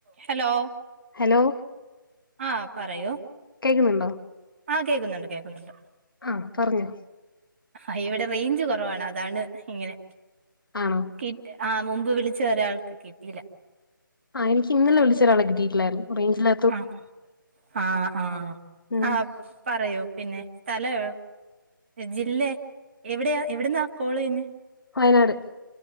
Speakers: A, on the right; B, on the left.
A: Hello
B: hello
A: ആ പറയു
B: കേക്കുന്നുണ്ടോ
A: ആ കേക്കുന്നുണ്ട് കേക്കുന്നുണ്ട്
B: ആ പറഞ്ഞോ
A: ആ ഇവിടെ റേയ്ഞ്ച് കുറവാണ് അതാണ് ഇങ്ങനെ
B: ആണോ
A: കെ ആ മുമ്പ് വിളിച്ച ഒരാൾക്ക് കിട്ടില്ല
B: ആ എനിക്ക് ഇന്നലെ വിളിച്ച ഒരാളെ കിട്ടിട്ടില്ലായിരുന്നു റേഞ്ചില്ല
A: ആഹ് ആഹ് ആഹ്
B: ഉം
A: ആഹ് പറയൂ പിന്നെ സ്ഥലഓ ജില്ലേ എവിടെയാ എവിടുന്നാ കോള് ചെയ്യുന്നെ
B: വയനാട്